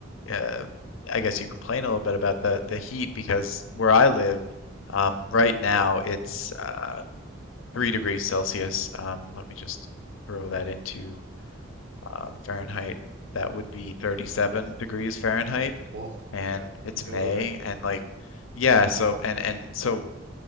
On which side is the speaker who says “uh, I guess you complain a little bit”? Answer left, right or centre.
Left